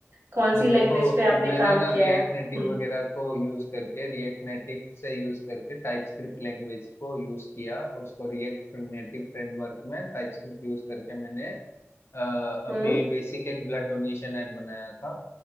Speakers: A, on the right; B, on the left.
A: कौन
B: हाँ
A: सी लैंग्वेज
B: देखो
A: पे आपने
B: मैंने
A: काम
B: ना
A: किया
B: रिएक्ट
A: है
B: नेटिव
A: हम्म
B: वगैरह को यूज करके रिएक्ट नेटिव से यूज करके टाइपस्क्रिप्ट लैंग्वेज को यूज किया उसको रिएक्ट नेटिव फ्रेमवर्क में टाइपस्क्रिप्ट यूज करके मैंने अ, अभी
A: हम्म
B: बेसिक एक ब्लड डोनेशन ऐप बनाया था